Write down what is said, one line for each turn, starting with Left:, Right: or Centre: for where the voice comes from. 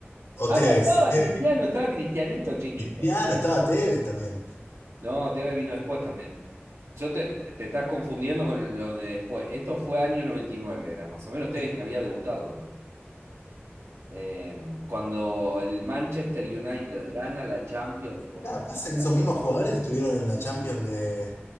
Left: O
Right: Ah,
Left: Tevez.
Right: no, estaba
Left: Tevez.
Right: Cristiano, estaba Cristianito, chiquito.
Left: Cristiano, estaba Tevez también.
Right: No, Tevez vino después también. Yo te, te estás confundiendo con lo de después. Esto fue año 99 era más o menos. Tevez
Left: Que-
Right: ni había debutado todavía. Eh, cuando el Manchester United gana la Champions por
Left: Claro, pasa que
Right: primera
Left: esos
Right: vez,
Left: mismos jugadores estuvieron en la Champions de...